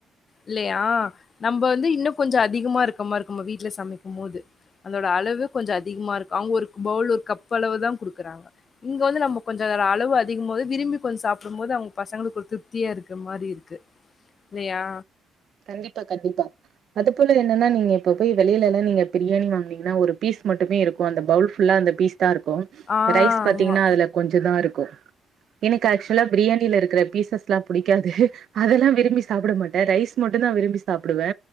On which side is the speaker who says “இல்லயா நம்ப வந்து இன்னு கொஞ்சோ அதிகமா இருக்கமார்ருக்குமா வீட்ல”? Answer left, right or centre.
Left